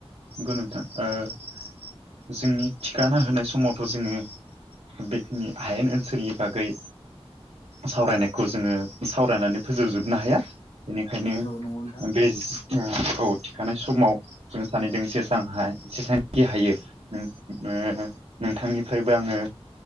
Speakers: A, on the right (about 80°); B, on the left (about 80°).
A: गो नोंथां ओ जोंनि थिखाना होनाय समावथ' जोङो बेखिनि हायेन ओनसोलनि बागै सावरायनायखौ जोङो सावरायनानै फोजोबजोबनो हाया बेनिखायनो
B: औ नंगौ नोंथां
A: बे ज ओ औ थिखानाय समाव जों सानैदों जेसां हा जेसांखि हायो उम ओ नोंथांनिफ्रायबो आङो